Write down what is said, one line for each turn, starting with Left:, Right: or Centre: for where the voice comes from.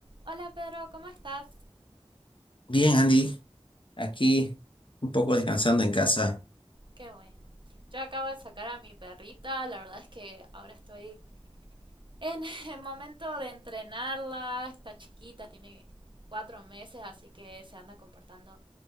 Right: Hola Pedro, ¿cómo estás?
Left: Bien, Andy, aquí un poco descansando en casa.
Right: Qué bueno. Yo acabo de sacar a mi perrita, la verdad es que ahora estoy en <laughs> el momento de entrenarla, está chiquita, tiene cuatro meses, así que se anda comportando